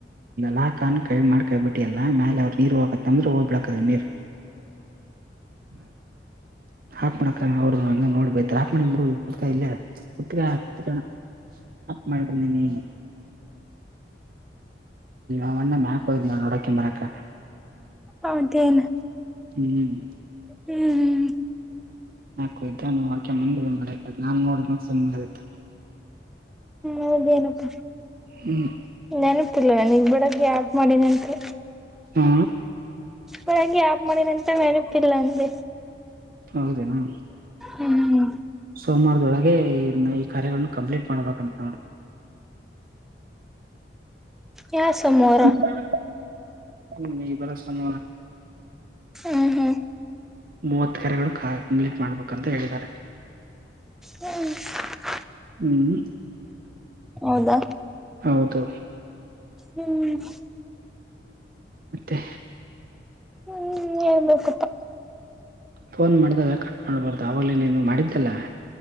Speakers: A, on the right; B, in the centre.
A: ಲಾಕ್ ಅನ್ ಕೈ ಮಾಡ್ ಕೈಬಿಟ್ಟಿ ಅಲ್ಲ ಮ್ಯಾಲೆ ಅವ್ರರು ನೀರು ಹೊಗಕ <unintelligible> <unintelligible> ನೀರ್ <unintelligible> ಹಾಪ್ ಮಾಡಕ ಅವ್ರು ಹಂಗ ನೋಡ್ ಬೈತಾರೆ ಹಾಪ್ ಮಡಿನಬಿಡು ಕುತ್ಕ ಇಲ್ಲೆ ಕುತ್ಕ ಕುತ್ಕ ಹಪ್ ಮಾಡ್ಬಾಂದಿನಿ ಅವಣ್ಣ ಮ್ಯಾಕ್ ಹೋದ್ರು ನೋಡಕ್ಯನ್ ಬರಕ್ಕ
B: ಹೌದೇನು
A: ಹ್ಮ್
B: ಹ್ಮ್
A: ಮ್ಯಾಕ ಹೊಗಿದ ನೋಡ್ಕೆ ಬಂದಿ ಇದನ ಮಾಡಿದ ನಾ ನೋಡ್ದಿಮೇಲೆ ಸುಮನೆ ಆದೆ ಅತ್ತ.
B: ಹೌದೇನಪ್ಪ
A: ಹ್ಮ್
B: ನೆನಪಿಲ್ಲ ನಿಂಗ್ ಬಿಡಲೆ ಅಪ್ ಮಾಡಿದೆ ಅಂದ್ರಿ.
A: ಹಾ
B: ಬೆಳಗ್ಗೆ ಆಫ್ ಮಾಡಿದ ಅಂತ ನೆನಪಿಲ್ಲ ಅಂದೆ.
A: ಹೌದೇನು
B: ಹ್ಮ್
A: ಸೋಮವಾರದೊಳಗೆ ಈ ಈ ಕಾರ್ಯಗಳನ್ನ ಕಂಪ್ಲೀಟ್ ಮಾಡ್ಬೇಕಂತ ನೋಡು
B: ಯಾವ ಸೋಮವಾರ
A: ಹಏ ಸಾರ ಹ್ಮ ಮ ಬರ ಸೋರ
B: ಹ್ಮ್ ಹ್ಮ್
A: ಮೂವತ್ ಕೆರೆಗಳು ಮೀಟ್ ಮಾಡ್ಬೇಕಂತ ಹೇಳಿದ್ದಾರೆ
B: ಹ್
A: ಹ್ಮ್
B: ಹೌದಾ
A: ಹೌದು
B: ಹ್ಮ್
A: ಮತ್ತೆ
B: ಹ್ಮ್ ಹೇಳ್ಬೇಕಪ್ಪ
A: ಫೋನ್ ಮಾಡಿದಾಗ ಕಟ್ ಮಾಡ್ಬಾರ್ದು ಆವಾಗಲೇ ನೀನು ಮಾಡಿದ್ದಲ್ಲ